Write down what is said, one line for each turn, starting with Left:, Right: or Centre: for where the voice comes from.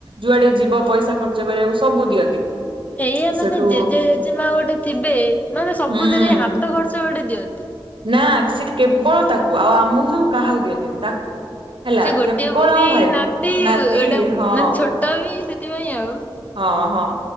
Right: ଯୁଆଡେ ଯିବ ପଇସା ଖର୍ଚ୍ଚ କରିବାକୁ ସବୁ ଦିଅନ୍ତି।
Left: ଏଇୟା ମାନେ
Right: ସେଠୁ
Left: ଜେଜେ ଜେଜେମା ଗୋଟେ ଥିବେ ମାନେ ସବୁଥିରେ
Right: ହୁଁ
Left: ହାତ ଖର୍ଚ୍ଚ ଗୋଟେ ଦିଅନ୍ତି। ଅନ୍ତି ।
Right: ନା ସେ କେବଳ ତାକୁ ଆଉ ଆମକୁ ସବୁ କାହାକୁ ଦିଅନ୍ତିନି ତାକୁ ହେଲା
Left: ସେ ଗୋଟିଏ
Right: କେବଳ
Left: ବୋଲି
Right: ମୋ ଭାଇ
Left: ନାତି
Right: କୁ ନାତି
Left: ଗୋଟେ ମାନେ
Right: ହଁ।
Left: ଛୋଟ ବି ସେ- ସେଥି ପାଇଁ ଆଉ।
Right: ହଁ ହଁ